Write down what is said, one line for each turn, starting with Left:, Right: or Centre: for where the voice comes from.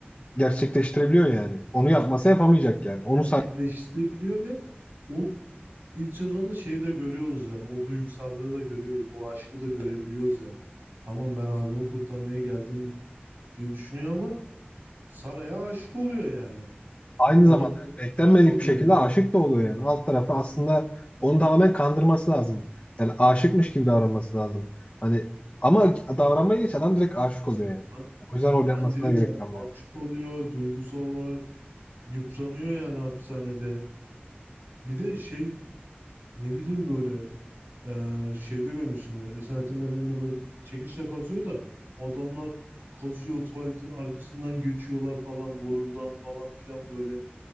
Left: gerçekleştirebiliyor yani. Onu yapmasa yapamayacak yani. Onu
Right: Gerçekleştirebiliyor
Left: say-
Right: ve o ilk sezonda şeyi de görüyoruz yani. O duygusallığı da görüyoruz. O aşkı da görebiliyoruz yani. Tamam ben abimi kurtarmaya geldim diye düşünüyor ama Sara'ya aşık oluyor yani.
Left: aynı
Right: O
Left: zamanda
Right: doktor
Left: beklenmedik
Right: aşık oluyor
Left: bir şekilde
Right: yani.
Left: aşık da oluyor yani. Alt tarafı aslında onu tamamen kandırması lazım. Yani aşıkmış gibi davranması lazım. Hani ama davranmaya geç adam direkt aşık oluyor yani.
Right: Ha-
Left: O yüzden rol
Right: Hani
Left: yapmasına
Right: direkt
Left: gerek
Right: a-
Left: kalmıyor.
Right: aşık oluyor, duygusal olarak yıpranıyor yani hapishanede. Bir de şey ne bileyim böyle e, şeyde görmüşüm. Esaretin Bedeni'nde böyle çekiçle kazıyor da adamlar kazıyor tuvaletin arkasından geçiyorlar falan borudan falan filan böyle.